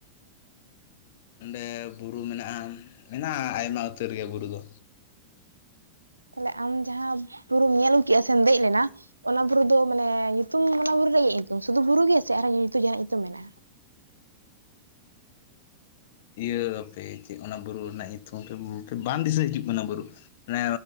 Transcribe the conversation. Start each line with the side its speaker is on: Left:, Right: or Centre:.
Left: ᱚᱸᱰᱮ ᱵᱩᱨᱩ ᱢᱮᱱᱟᱜᱼᱟ ᱢᱮᱱᱟᱜᱼᱟ ᱟᱭᱢᱟ ᱩᱛᱟᱹᱨ ᱜᱮ ᱵᱩᱨᱩ ᱫᱚ᱾
Right: ᱛᱟᱦᱞᱮ ᱟᱢ ᱡᱟᱦᱟᱸ ᱵᱩᱨᱩᱢ ᱧᱮᱞ ᱟᱹᱜᱩ ᱠᱮᱜᱼᱟ ᱥᱮᱢ ᱫᱮᱜ ᱞᱮᱱᱟ᱾ ᱚᱱᱟ ᱵᱩᱨᱩ ᱫᱚ ᱢᱟᱱᱮ ᱧᱩᱛᱩᱢ ᱚᱱᱟ ᱵᱩᱨᱩ ᱨᱮᱭᱟᱜ ᱪᱮᱫ ᱧᱩᱛᱩᱢ ᱥᱩᱫᱩ ᱵᱩᱨᱩ ᱜᱮ ᱥᱮ ᱟᱨᱦᱚᱸ ᱤᱧᱩᱛ ᱡᱟᱦᱟᱱᱟᱜ ᱧᱩᱛᱩᱢ ᱢᱮᱱᱟᱜᱼᱟ᱾
Left: ᱤᱭᱟᱹᱦᱟᱯᱮ ᱪᱮᱜ ᱚᱱᱟ ᱵᱩᱨᱩ ᱨᱮᱱᱟᱜ ᱧᱩᱛᱩᱢ ᱦᱟᱯᱮ ᱵᱟᱝ ᱫᱤᱥᱟᱹ ᱦᱤᱡᱩᱜ ᱠᱟᱱᱟ ᱵᱩᱨᱩ ᱢᱟᱱᱮ